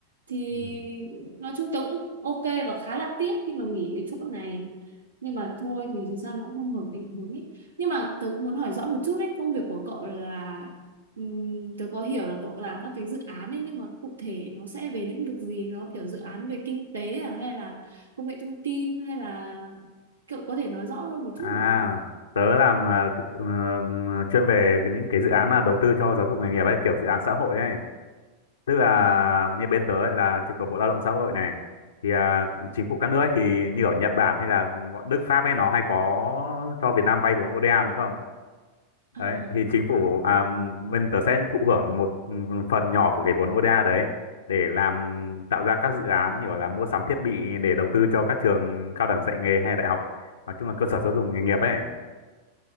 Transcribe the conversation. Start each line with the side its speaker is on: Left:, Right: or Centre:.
Right: thì
Left: Ừ.
Right: nói chung tớ cũng ok và khá là tiếc khi mà nghỉ cái chỗ này nhưng mà thôi thì dù sao nó cũng không ổn định hướng ý. nhưng mà tớ cũng muốn hỏi rõ một chút đấy công việc của cậu là ừm, tớ có hiểu là cậu làm các cái dự án ấy nhưng mà cụ thể nó sẽ về lĩnh vực gì nó kiểu dự án về kinh tế à hay là công nghệ thông tin hay là cậu có thể nói rõ hơn một
Left: À,
Right: chút được không
Left: tớ làm ờ, c- ờ, chuyên về những cái dự án mà đầu tư cho giáo dục nghề nghiệp ấy, kiểu dự án xã hội ấy. Tức là
Right: à,
Left: như bên tớ ấy là trực thuộc Bộ Lao động Xã hội này. Thì à, chính phủ các nước ấy thì như ở Nhật Bản hay là bọn Đức Pháp ấy nó hay có cho Việt Nam vay vốn ODA đúng không?
Right: à,
Left: đấy
Right: à, à.
Left: thì chính phủ à, bên tớ sẽ thụ hưởng một phần nhỏ của cái vốn ODA đấy để làm tạo ra các dự án như gọi là mua sắm thiết bị để đầu tư cho các trường cao đẳng dạy nghề hay đại học nói chung là cơ sở giáo dục nghề nghiệp ấy